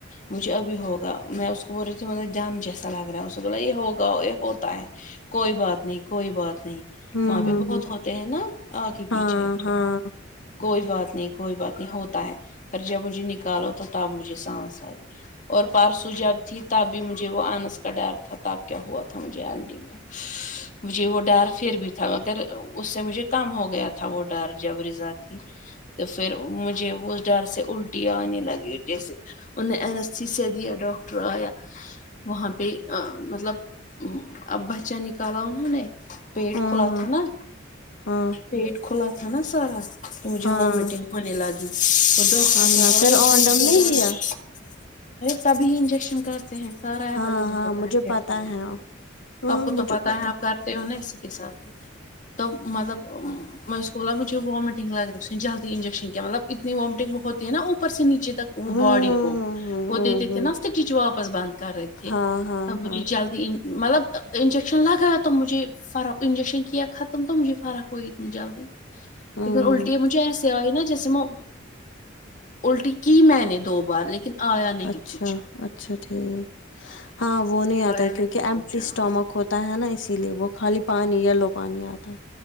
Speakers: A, on the left; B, on the left.
A: مجھے ابھی ہوگا میں اس کو بول رہی تھیوں مطلب دم جیسا لگ رہا ہے اسے بولا یہ ہوگا گاؤ یہ ہوتا ہے کوئی بات نہیں کوئی بات نہیں
B: ہوں
A: وہاں
B: ہوں
A: پہ بہت
B: ہوں
A: ہوتے ہیں نا آگے پیچھے
B: ہاں ہاں
A: کوئی بات نہیں کوئی بات نہیں ہوتا ہے پ جب مجھے نکالو تو تب مجھے سانس آئی اور پارسو جب تھی تب بھی مجھے وہ آنس کا ڈر تھا تب کیا ہوا تھا مجھے ایل ڈی میں اچھا مجھے وہ ڈر پھر بھی تھا مگر اس سے مجھے کم ہو گیا تھا وہ ڈر جب رضا تھی تو پھر مجھے وہ ڈر سے الٹی آنے لگی جیسے ان نے این ایس سی سے دیا ڈاکٹر آیا وہاں پہ مطلب اب بچہ نکالا انہوں نے پیٹ
B: ہاں
A: کھلا تھا نا
B: ہاں
A: پیٹ کھلا تھا نا سارا تو مجھے
B: ہاں
A: وامٹنگ ہونے لگ تو ڈاکٹر
B: اللہ
A: کو ہی
B: پھر اونڈم
A: کہ
B: نہیں
A: <unintelligible>
B: دیا
A: ارے تبھی انجیکشن کرتے ہیں سارا ہے
B: ہاں
A: ولیب
B: ہاں
A: ہوتا
B: مجھے
A: ہے
B: پتا
A: ٹر میں
B: ہاں
A: آپ کو
B: مجھے
A: تو پتاہ
B: پتا
A: ہے آپ کا تے ہو نا اسی کے ساتھ ہی تو مطلب میں اس کو بولا مجھے وامٹگ رہی اس نے جلدی انجیکشن کیا مطل اتنی وامٹنگ بت ہی ہے نا اوپ سےیچے تک وہ
B: ہوں
A: باڈی کو وہ دیتے تھے نا سٹچ واپس بند کر رہے تھے
B: ہاں ہاں
A: مجھے
B: ہاں
A: جلدی مطلب انجیکشن لگایا تو مجھے فرق انجیکشن کیا ختم تو مجھے فرق ہوئی اتنی جلدی
B: ہوں
A: ادھر الٹیا مجھے اسے آرہینے جیسے وہ الٹی کی میں نے دو بار لیکن آیا نہیں
B: اچھا
A: کچھ
B: اچھا ٹھیک ہاں وہ نہیں
A: ہویا
B: آتا
A: نہیں
B: کیونکہ ایمٹی
A: کچھ ہاں
B: اسٹامک ہوتا تا ہے نا اسی لیے وہ خالی پانی یلو پانی آتا ہے